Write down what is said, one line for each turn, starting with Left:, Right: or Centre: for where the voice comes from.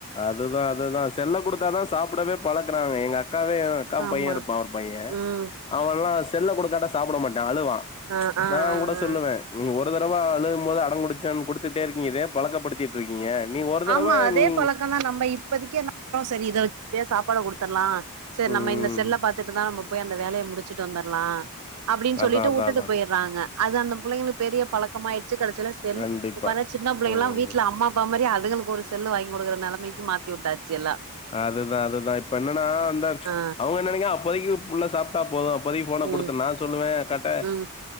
Left: அதுதா அதுதா செல்ல குடுத்தாதா சாப்படவே பழக்குனாங்க எங்க அக்காவே அக்கா
Right: ஆமா
Left: பைய்ய இருப்பா ஒரு பைய்யே
Right: ம்
Left: அவன்ல்லா செல்ல குடுக்காட்ட சாப்பட மாட்டா அழுவா
Right: ஆ ஆ
Left: நா
Right: ஆ
Left: கூட
Right: ஆ
Left: சொல்லுவே நீங்க ஒரு தடவ அழுகும் போது அடம்புடிச்சான் குடுத்துட்டே இருக்கீங்க இதே பழக்கப்படுத் திட்ருக்கீங்க நீ ஒரு தடவ
Right: ஆமா அதே
Left: நீ
Right: பழக்கம் நம்ம இப்பதிக்கு <inaudible> செரி இத வெச் <inaudible> சாப்பாடு குடுத்தடலா சரி
Left: ம்
Right: நம்ம இந்த செல்ல பாத்துட்டு தா நம்ம போய் அந்த வேலைய முடிச்சுட்டு வந்தர்லா அப்டின் சொல்லிட்டு
Left: அதா அதா
Right: உட்டுட்டு
Left: அதா
Right: போயிறாங்க அது அந்த புள்ளைளுக்கு பெரிய பழக்கமாயிடுச்சு கடைசிலா செல்லு
Left: கண்டிப்பா
Right: இப்ப பாரு சின்ன புள்ளைங்கல்லா
Left: ம்
Right: வீட்ல அம்மா அப்பா மாரி அதுகளுக்கு ஒரு செல்லு வாங்கி குடுக்கற நெலைமைக்கு மாத்தி உட்டாச்சு எல்லா
Left: அதுதா அதுதா இப்ப என்னன்னா அந்த
Right: ஆ
Left: அவுங்க என்ன நெனைக்க அப்போதைக்கு புள்ள சாப் ட்டா போது இப்போதைக்கு போன
Right: ம்
Left: குடுத்த நா சொல்லுவே கட்ட
Right: ம்